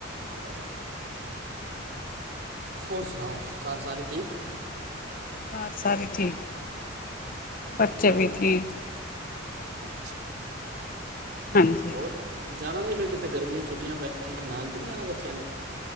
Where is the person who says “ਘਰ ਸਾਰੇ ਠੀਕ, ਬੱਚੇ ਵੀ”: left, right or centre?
Left